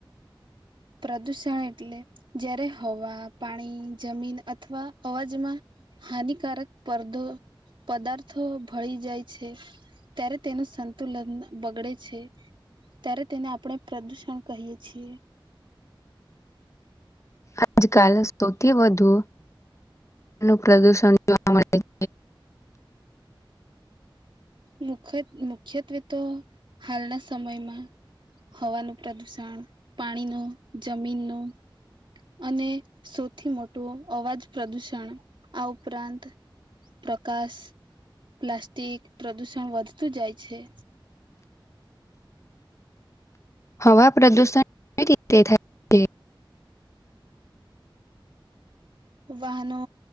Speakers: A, on the right; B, on the left.
A: પ્રદૂષણ એટલે જયારે હવા, પાણી, જમીન, અથવા અવાજમાં હાનિકારક પરદો પદાર્થો ભળી જાય છે. ત્યારે તેનું સંતુલન બગડે છે. ત્યારે તેને આપણે પ્રદૂષણ કહીએ છીએ.
B: આજકાલ સૌથી વધુ નું પ્રદૂષણ <inaudible>
A: મુખ મુખ્યત્વે તો હાલના સમયમાં હવાનું પ્રદુષણ, પાણીનું, જમીનનું અને સૌથી મોટો અવાજ પ્રદુષણ. આ ઉપરાંત પ્રકાશ, પ્લાસ્ટિક પ્રદુષણ વધતું જાય છે.
B: હવા પ્રદુષણ <inaudible> રીતે થાય? છે
A: વાહનો